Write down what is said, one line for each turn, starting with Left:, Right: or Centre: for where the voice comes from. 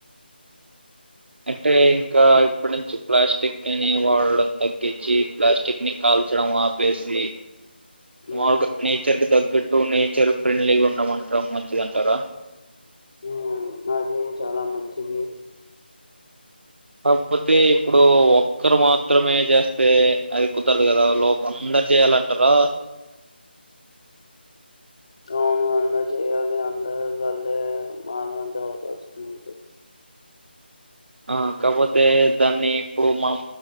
Right: అంటే ఇంకా ఇప్పటి నుంచి ప్లాస్టిక్ ని వాడడం తగ్గించి ప్లాస్టిక్ ని కాల్చడం ఆపేసి
Left: ఉమ్,
Right: మాల్ గ నేచర్ కి తగట్టు టూ నేచర్ ఫ్రెండ్లీగా ఉండమంటాం మంచిదంటారా
Left: ఉం అది చాలా మంచిది
Right: కాకపోతే ఇప్పుడు ఒక్కర్ మా మాత్రమే చేస్తే అది కుదరదు కదా లోప అందరు చేయాలంటారా
Left: అవును అందరు చెయాలి అందరు వల్లే మానంత అవకాశం ఉంటుంది
Right: ఆ కాపోతే దాన్ని ఇప్పుడు మం